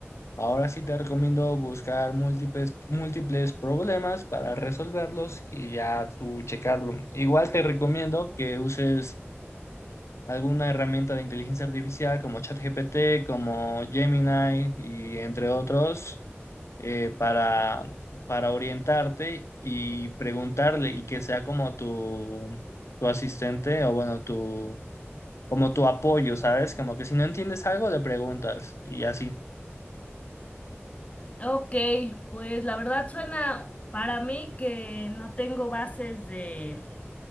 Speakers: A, on the left; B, on the left.
A: ahora sí te recomiendo buscar múltiples, múltiples problemas para resolverlos y ya tú checarlo. Igual te recomiendo que uses alguna herramienta de inteligencia artificial como ChatGPT, como Gemini y entre otros eh, para, para orientarte y preguntarle y que sea como tu, tu asistente o bueno, tu, como tu apoyo, ¿sabes? Como que si no entiendes algo, le preguntas y así.
B: Ok, pues la verdad suena para mí que no tengo bases de